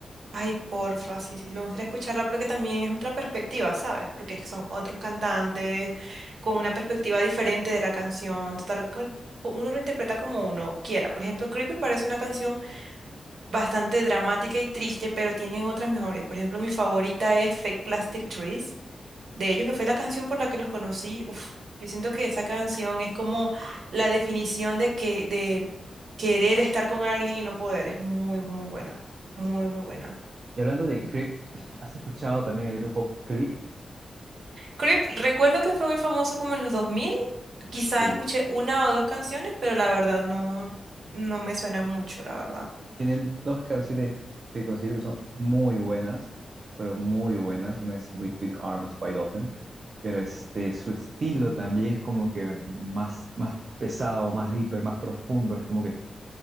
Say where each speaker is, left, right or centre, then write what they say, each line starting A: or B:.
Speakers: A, on the right; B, on the right.
A: Ay, porfa, sí, sí, sí, me gustaría escucharla porque también es otra perspectiva, ¿sabes? Porque es que son otros cantantes con una perspectiva diferente de la canción, total, cual- uno lo interpreta como uno quiera. Por ejemplo, Creep me parece una canción bastante dramática y triste, pero tienen otras mejores. Por ejemplo, mi favorita es Fake Plastic Trees, de ellos, que fue la canción por la que los conocí. Uf, yo siento que esa canción es como la definición de que, de querer estar con alguien y no poder. Es muy, muy buena, muy, muy buena.
B: Y hablando de Creep, <laughs> ¿has escuchado también el grupo Creed
A: Creep, recuerdo que fue muy famoso como en los dos mil, Quizá
B: Sí.
A: escuché una o dos canciones, pero la verdad no, no me suenan mucho, la verdad.
B: Tienen dos canciones que considero que son muy buenas, pero muy buenas. Una es With, With Arms Wide Open, pero este, su estilo también es como que más, más pesado, más deeper, más profundo, es como que